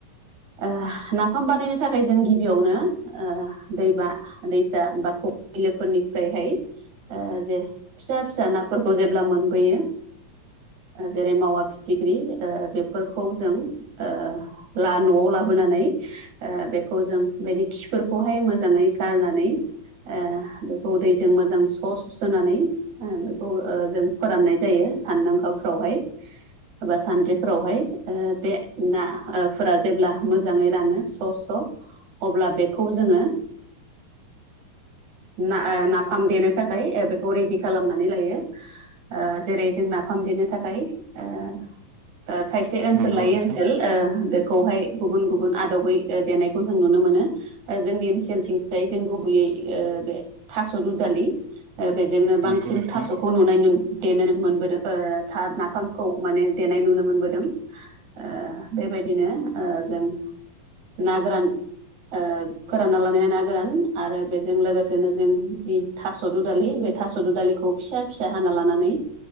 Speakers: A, on the right (about 55°); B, on the right (about 85°).
A: ओ नाफाम बानायनो थाखाय जों गिबियावनो दैबा दैसा बा बिलोफोरनि फ्रायहाय ओ जे फिसा फिसा नाफोरखौ जेब्ला मोनबोयो जेरै मावा फिथिख्रि ओ बेफोरखौ जों ओ ला न'आव लाबोनानै ओ बेखौ जों बेनि खिफोरखौहाय मोजाङै गारनानै ओ बे खौ दैजों मोजां स' सुस्र'ननानै बेखौ जों फोराननाय जायो सानदांगाफ्रावहाय। एबा सान्द्रिफोरावहाय बे ना फोरा जेब्ला मोजाङै रानो स्र' स्र' अब्ला बेखौ जोङो ना ओ नाफाम देनो थाखाय ओ बेखौ रेडि खालामनानै लायो। ओ जेरै जों नाफाम देनो थाखाय ओ खायसे ओनसो
B: नंगौ
A: सोल लायै
B: नोंथां
A: ओनसोल बेखौहाय गुबुन गुबुन आदबै देनायखौ जों नुनो मोनो। जोंनि ओनसोल सिं फिसाय जों गुबैयै ओ बे थास' दुदालि बेजोंनो बांसिन
B: नंगौ नोंथां
A: थास'खौ नुनाय दे मोनबोदों ओ था नाफामखौ माने देनाय नुनो मोनबोदों। ओ बेबायदिनो ओ जों ना गोरान ओ फोरानना लानायनाय ना गोरान आरो बेजों लोगोसेनो जों जों जि थास' दु दालि बे थास' दु दालिखौ फिसा फिसा हाना लानानै